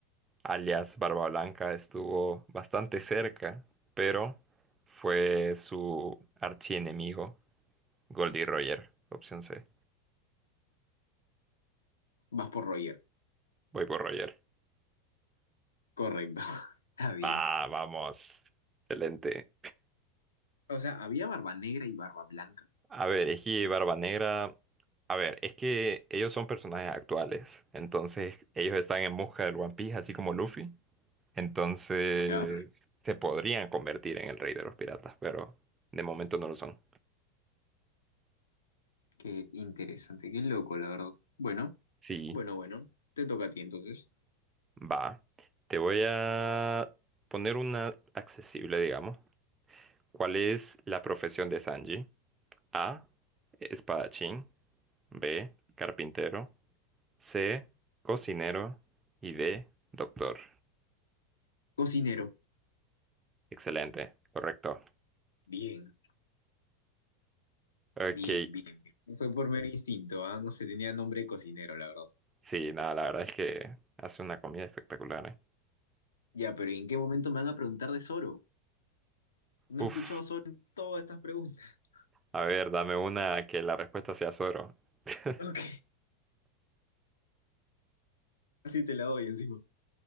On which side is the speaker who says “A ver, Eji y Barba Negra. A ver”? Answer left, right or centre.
Right